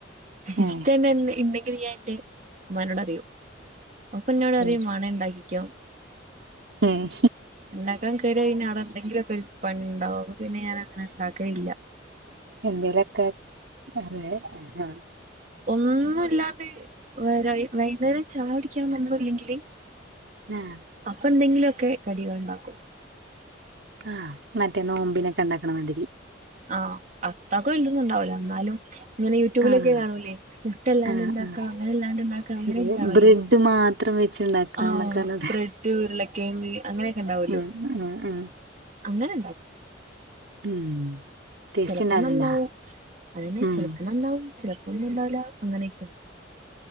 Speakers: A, on the right (about 45°); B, on the right (about 70°).
A: <unintelligible>
B: ഏഹ്
A: ഇണ്ടെങ്കിലും ഞാൻ ഇന്നിട്ട് മ്മാനോട് പറയും അപ്പൊ ഇന്നോട് പറിയും
B: യെസ്
A: മാണേ ഇണ്ടാക്കിക്കോ
B: ഉം
A: ഇണ്ടാക്കാൻ കേറിയാ പിന്നെ അവിടെ എന്തെങ്കിലൊക്കെ ഒര് പണി ഇണ്ടാവും ആപ്പ പിന്നെ ഞാൻ അങ്ങനെ ഇണ്ടാക്കലില്ലാ
B: എന്തേലൊക്കെ അതെ ഞാ
A: ഒന്നുല്ലാണ്ട് വ വൈന്നേരെക് ചായകുടിക്കാൻ വന്നാ ഒന്നുല്ലെങ്കില്
B: ആഹ്
A: അപ്പൊ എന്തെങ്കിലൊക്കെ കടികള് ഇണ്ടാക്കും
B: ആഹ് മറ്റേ നോമ്പിനൊക്കെ ഇണ്ടാക്കണ മാതിരി
A: ആഹ് അത്രക്ക് വെൽതൊന്നും ഇണ്ടാവൂലാ എന്നാലും ഇങ്ങനെ യൂട്യൂബിലൊക്കെ
B: ആഹ്
A: കാണൂല്ലേ മുട്ടല്ലാണ്ട്
B: ആഹ്
A: ഇണ്ടാക്കാ
B: ആഹ്
A: അങ്ങനെ ഇല്ലാണ്ട് ഇണ്ടാക്കാ അങ്ങനെയൊക്കെ
B: അതെ
A: കാണല്ലോ
B: ബ്രെഡ് മാത്രം വെച്ചുണ്ടാക്കാന്നൊക്കെ
A: ആഹ്
B: പറഞ്ഞിട്ട്
A: ബ്രെഡ് ഉരുളക്കെയങ്ങ് അങ്ങനെയൊക്കെ ഇണ്ടാവല്ലോ
B: ഉം ഉം ഉം
A: അങ്ങനെണ്ടാക്കും
B: ഉം ടേസ്റ്റ്
A: ചെലപ്പം
B: ഉണ്ടാവലുണ്ടാ
A: നന്നാവും അതന്നെ
B: ഉം
A: ചെലപ്പോ നന്നാവും ചെലപ്പോ ഒന്നും ഉണ്ടാവൂല്ലാ അങ്ങനെയെക്